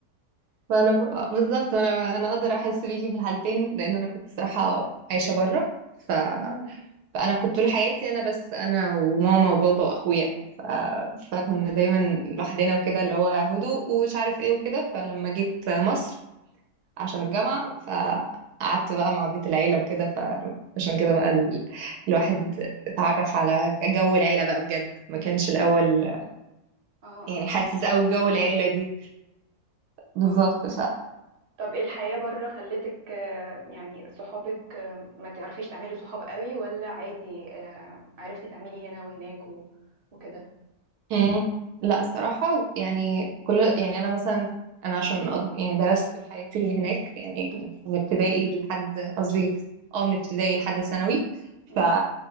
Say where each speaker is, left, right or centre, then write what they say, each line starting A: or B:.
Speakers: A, on the right; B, on the right.
A: فانا ب- بالظبط انا انا اقدر احس بيكي في الحالتين لان انا كنت صراحة عايشة بره ف...
B: مم.
A: فانا كنت طول حياتي انا بس انا وماما وبابا واخويا ف... فكنا دايما لوحدنا وكده اللي هو هدوء ومش عارف ايه وكده فلما جيت مصر عشان الجامعة فقعدت بقى مع بيت العيلة وكده فعشان كده بقى ال... الواحد اتعرف على جو العيلة بقى بجد ما كانش الأول
B: اه
A: يعني
B: اه فهماكي
A: حاسس أوي بجو العيلة دي بالظبط
B: اه طب ايه الحياة بره خلتك آه، يعني صحابك آه، ما تعرفيش تعملي صحاب قوي ولا عادي آه، عرفتي تعملي هنا وهناك و... وكده
A: مم. لا الصراحة يعني كل يعني أنا مثلا أنا عشان أض- يعني درست طول حياتي هناك يعني من من ابتدائي لحد قصدي اه من ابتدائي لحد ثانوي ف...
B: امم